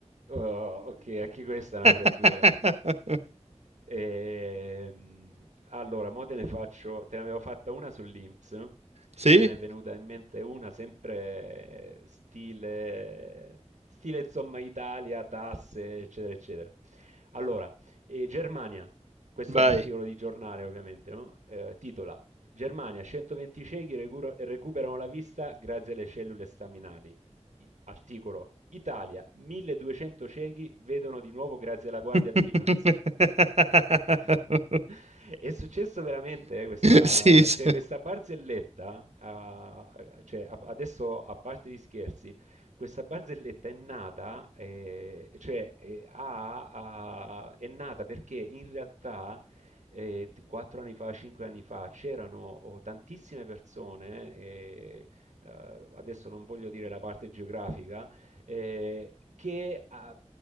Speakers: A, on the right; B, on the right.
A: Oh, ok, anche questa è una
B: <laughs>
A: freddura. Ehm, allora, mo te ne faccio, te ne avevo fatta una sull'INPS, no?
B: Sì?
A: me ne è venuta in mente una sempre eh, stile, stile insomma Italia, tasse, eccetera, eccetera. Allora, eh, Germania, questo
B: Vai.
A: articolo di giornale ovviamente, no? Eh, titola Germania, 120 ciechi recuro- recuperano la vista grazie alle cellule staminali. I- Articolo: Italia, 1200 ciechi vedono di nuovo grazie alla
B: <laughs>
A: Guardia di Finanza. <laughs> È successo veramente eh, questa,
B: Sì, sì.
A: cioè, questa barzelletta, ah, cioè, a- adesso a parte gli scherzi, questa barzelletta è nata, eh, cioè, eh, ha- ha- è nata perché in realtà eh, t- quattro anni fa, cinque anni fa, c'erano oh, tantissime persone, eh, eh, adesso non voglio dire la parte geografica, eh, che eh,